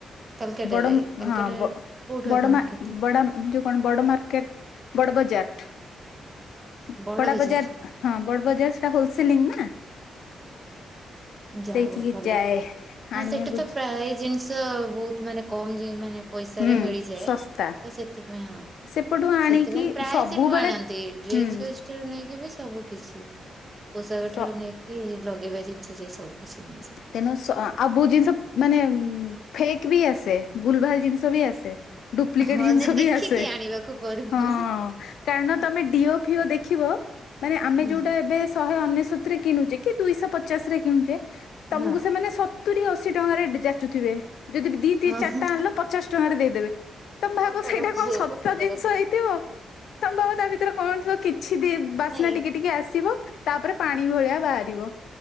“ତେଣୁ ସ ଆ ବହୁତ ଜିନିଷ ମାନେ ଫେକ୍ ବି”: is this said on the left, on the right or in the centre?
Left